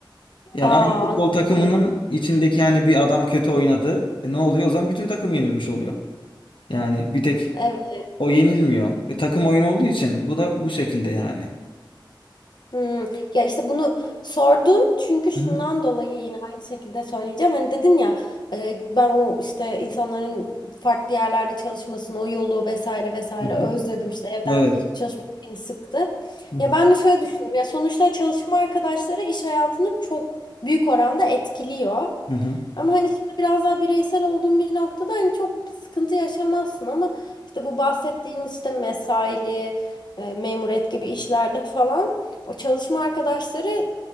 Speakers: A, on the left (about 80°); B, on the left (about 60°).
A: Yani
B: Aa
A: aynı futbol
B: anladım.
A: takımının içindeki yani bir adam kötü oynadı. E, ne oluyor? O zaman bütün takım yenilmiş oluyor. Yani bir tek
B: Evet.
A: o yenilmiyor. E, takım oyunu olduğu için bu da bu şekilde yani.
B: Hmm. Ya işte bunu sordum çünkü şundan
A: Hı hı,
B: dolayı yine aynı şekilde söyleyeceğim. Hani dedin ya e, ben o işte insanların farklı yerlerde çalışmasını, o yolu vesaire vesaire
A: hı
B: özledim.
A: hı,
B: İşte evden
A: Evet.
B: çalışmak beni sıktı.
A: Hı hı.
B: Ya ben de şöyle düşündüm. Ya sonuçta çalışma arkadaşları iş hayatını çok büyük oranda etkiliyor.
A: Hı hı.
B: Ama hani şimdi biraz daha bireysel olduğum bir noktada hani çok sıkıntı yaşamazsın ama işte bu bahsettiğimiz işte mesaili, e, memuriyet gibi işlerde falan o çalışma arkadaşları